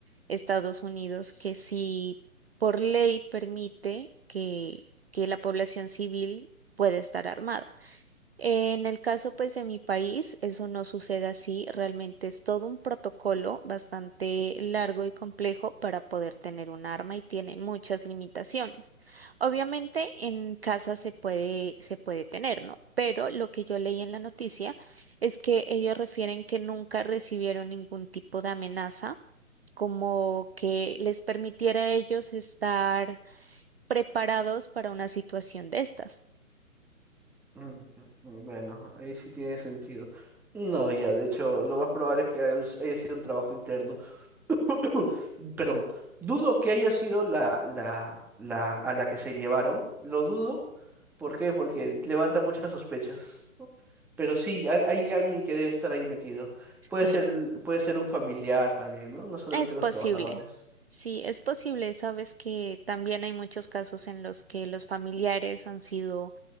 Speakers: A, on the right (about 45°); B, in the centre.
A: Estados Unidos que sí por ley permite que, que la población civil puede estar armada. En el caso pues de mi país, eso no sucede así, realmente es todo un protocolo bastante largo y complejo para poder tener un arma y tiene muchas limitaciones. Obviamente en casa se puede, se puede tener, ¿no? Pero lo que yo leí en la noticia es que ellos refieren que nunca recibieron ningún tipo de amenaza como que les permitiera a ellos estar preparados para una situación de estas.
B: ujú, bueno, ahí sí tiene sentido. No, ya, de hecho, lo más probable es que haya haya sido un trabajo interno. <coughs> <clears throat> Perdón, dudo que haya sido la, la, la a la que se llevaron, lo dudo. ¿Por qué? Porque levanta muchas sospechas. ¿no? Pero sí, hay, hay alguien que debe estar ahí metido.
A: Sí,
B: Puede ser, puede ser un familiar también, ¿no? No solamente
A: es posible.
B: los trabajadores.
A: Sí, es posible. Sabes que también hay muchos casos en los que los familiares han sido